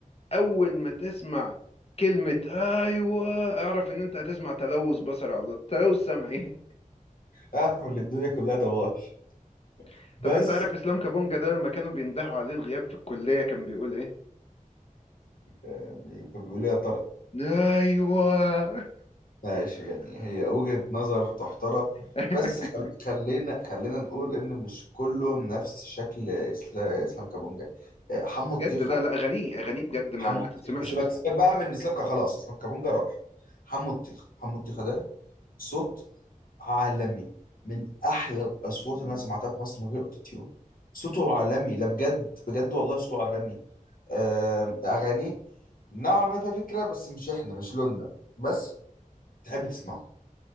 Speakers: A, on the left; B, on the left.
A: اول ما تسمع كلمه ايوه اعرف ان انت هتسمع تلوث بصري على تلوث سمعي
B: اعرف ان الدنيا كلها دواش
A: <laughs>
B: بس
A: طب انت عارف اسلام كابونجا ده لما كانوا بيندهوا عليه الغياب في الكليه كان بيقول ايه
B: آه، كان بيقول لي يا ترى
A: ايوه
B: ماشي يعني هي وجهة نظر تحترم
A: <laughs>
B: بس خل... خلينا خلينا نقول ان مش كله نفس شكل اسلام اسلام كابونجا آه، حمو
A: بجد
B: الطيخة
A: لا لا اغانيه اغانيه بجد ما
B: حمو
A: ما
B: الطيخة
A: تتسمعش
B: سيبك
A: اصلا
B: سيبك بقى من اسلام كا- خلاص اسلام كابونجا راح حمو الطيخة حمو الطيخة ده صوت عالمي من احلى الاصوات اللي انا سمعتها في مصر من غير اوتوتيون صوته عالمي ده بجد بجد والله صوته عالمي آم، اغانيه نوعا ما فيها فكرة بس مش احنا مش لوننا بس تحب تسمعه